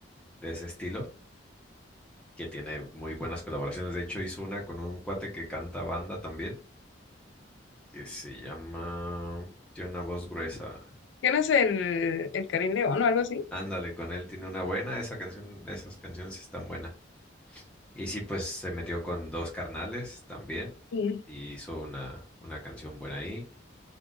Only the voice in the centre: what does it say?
de ese estilo, que tiene muy buenas colaboraciones. De hecho, hizo una con un cuate que canta banda también, que se llama... Tiene una voz gruesa.
Ándale, con él tiene una buena, esa canción, esas canciones están buenas. Y sí, pues se metió con dos carnales también
y hizo una, una canción buena ahí.